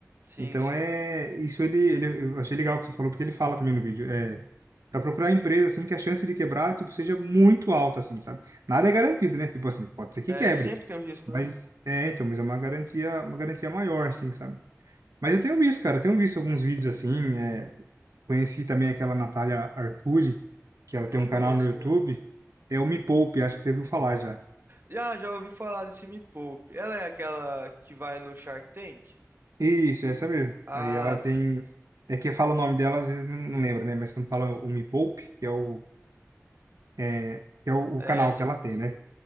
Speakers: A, on the right (about 45°); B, on the right (about 85°).
A: Sim,
B: Então
A: sim.
B: é isso ele, ele eu achei legal o que você falou porque ele fala também no vídeo é para procurar empresa assim que a chance de quebrar tipo seja muito alta assim sabe nada é garantido né tipo assim pode ser que
A: É,
B: quebre
A: sempre tem o risco,
B: mas
A: né?
B: é então mas é uma garantia uma garantia maior assim sabe mas eu tenho visto cara eu tenho visto alguns vídeos assim é, conheci também aquela Natália Arcuri que ela tem
A: Não
B: um
A: conheço,
B: canal no YouTube
A: mano.
B: é o Me Poupe acho que você viu falar já
A: Já, já ouvi falar desse Me Poupe. Ela é aquela que vai no Shark Tank?
B: Isso, é essa mesmo.
A: Ah,
B: Aí ela tem.
A: sim.
B: É que eu falo o nome dela, às vezes não, não lembro, né? Mas quando fala o Me Poupe, que é o, é, que é o,
A: É,
B: o canal
A: sim,
B: que ela tem,
A: sim.
B: né?